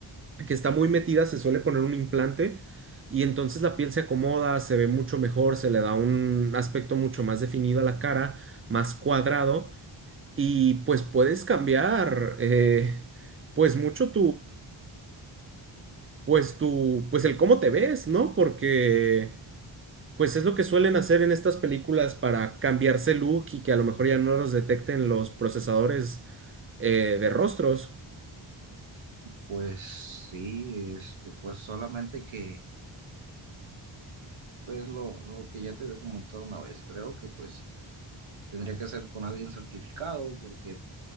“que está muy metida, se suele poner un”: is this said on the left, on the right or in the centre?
Right